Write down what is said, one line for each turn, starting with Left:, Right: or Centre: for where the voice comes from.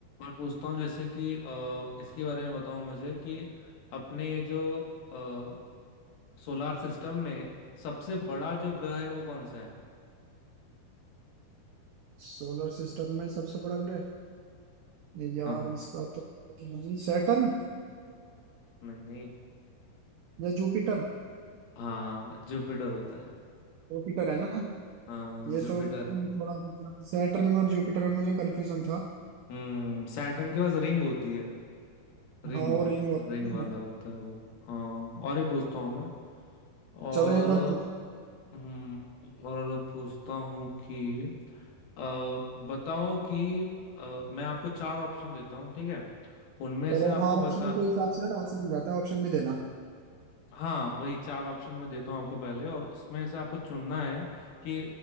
Left: और पूछता हूँ जैसे कि अ, इसके बारे में बताओ मुझे कि अपने ये जो अ, सोलार सिस्टम में सबसे बड़ा जो ग्रह है वो कौन सा है
Right: सोलर सिस्टम में सबसे बड़ा ग्रह नहीं यार
Left: हाँ
Right: इसका तो सैटर्न
Left: नहीं नहीं
Right: या जुपिटर
Left: हाँ जुपिटर होता है
Right: जुपिटर है ना
Left: हाँ
Right: ये
Left: जुपिटर
Right: तो थोड़ा
Left: है
Right: मतलब सैटर्न में और जुपिटर में मुझे कंफ्यूजन था
Left: हम्म सैटर्न के पास रिंग होती है रिंग
Right: हाँ हाँ और रिंग होता
Left: रिंग
Right: है
Left: वाला
Right: ना
Left: होता है वो हाँ और ये पूछता हूँ मैं और
Right: चलो एक और पूछ
Left: हम्म, और पूछता हूँ कि अ, बताओ कि अ, मैं आपको चार ऑप्शन देता हूँ ठीक है उनमें
Right: चलो
Left: से आपको
Right: हाँ ऑप्शन
Left: बता
Right: के हिसाब से यार आसान रहता है ऑप्शन भी देना
Left: हाँ वही चार ऑप्शन मैं देता हूँ आपको पहले और उसमें से आपको चुनना है कि